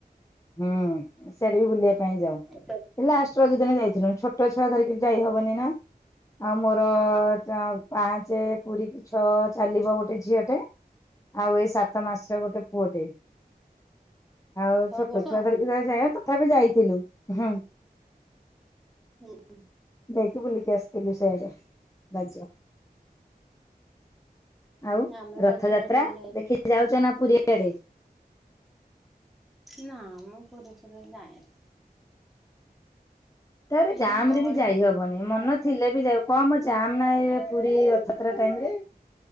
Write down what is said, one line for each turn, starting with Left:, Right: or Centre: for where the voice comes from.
Left: ହୁଁ ସ୍ୟାଡେ ବି ବୁଲିବା ପାଇଁ ଯାଉ।
Centre: ତମେ
Left: ଲାଷ୍ଟ ରଜ ଦିନ ଯାଇଥିନୁ ଛୋଟ ଛୁଆ ଧରିକିରି ଯାଇହବନି ନା ଆଉ ମୋର ଯା ହଉ ପାଞ୍ଚେ ପୁରିକି ଛଅ ଚାଲିବ ଗୋଟେ ଝିଅଟେ। ଆଉ ଏଇ ସାତ ମାସେ ଗୋଟେ ପୁଅଟେ ଆଉ
Centre: ଛଅ
Left: ଛୋଟ୍
Centre: ବର୍ଷ
Left: ଇରେ ଯାଏ ତଥାପି ଯାଇଥିଲୁୁ ହୁଁ।
Centre: ପୂଅ କୁ।
Left: ଯାଇକି ବୁଲିକି ଆସଥିଲୁ ସେଆଡେ ରଜ। ଆଉ
Centre: ଆମେ ମଝି
Left: ରଥଯାତ୍ରା
Centre: ରଜ ଦିନ ଯାଇଥିଲୁ।
Left: ଦେଖିକି ଯାଉଛ ନା ପୁରୀ ଆଡେ।
Centre: ନା ମୁଁ ପୁରୀ ଫୁରି ଯାଏନି।
Left: ତାପରେ ଜାମରେ
Centre: ଏଇ ଗହଳିରେ
Left: ବି ଯାଇହବନି ମନ ଥିଲେ ବି ଯାଇ କମ ଯାମ୍ ନା ଏ ପୁରୀ ରଥଯାତ୍ରା ଟାଇମିରେ।